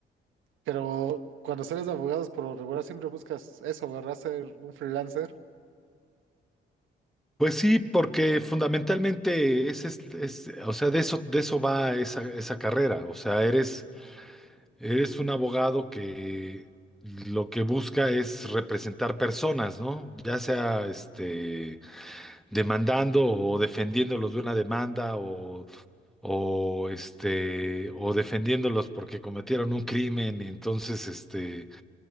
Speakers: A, on the right (about 80°); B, in the centre.
A: pero cuando sales de abogados por lo regular siempre buscas eso, ¿verdad? Ser un freelancer.
B: Pues sí, porque fundamentalmente es, es, es- o sea, de eso, de eso va esa, esa carrera. O sea, eres, eres un abogado que lo que busca es representar personas, ¿no? Ya sea este demandando o defendiéndolos de una demanda o, o este o defendiéndolos porque cometieron un crimen. Y entonces, este,